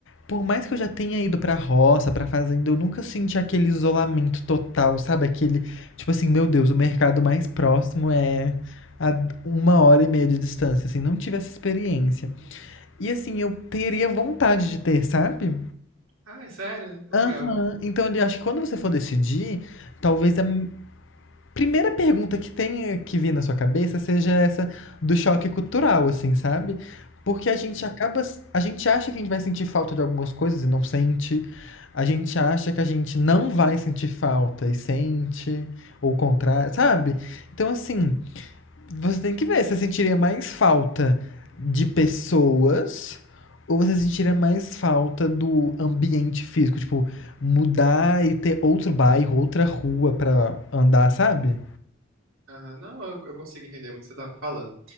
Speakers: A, on the left; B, on the right.
A: por mais que eu já tenha ido pra roça, pra fazenda, eu nunca senti aquele isolamento total, sabe? Aquele, tipo assim, meu Deus, o mercado mais próximo é a uma hora e meia de distância, assim, não tive essa experiência. E assim, eu teria vontade de ter, sabe?
B: Ah, é sério? Que
A: Aham.
B: legal.
A: Então, ele acho que quando você for decidir, talvez a m- primeira pergunta que tenha que vir na sua cabeça seja essa do choque cultural, assim, sabe? Porque a gente
B: Uhum.
A: acaba, s- a gente acha que a gente vai sentir falta de algumas coisas e não sente. A gente acha que a gente não vai sentir falta e sente, ou o contrário, sabe? Então, assim, você tem que ver, você sentiria mais falta de pessoas ou você sentiria mais falta do ambiente físico? Tipo, mudar e ter outro bairro, outra rua pra andar, sabe?
B: Aham, Não, eu, eu consigo entender muito o que você tá falando.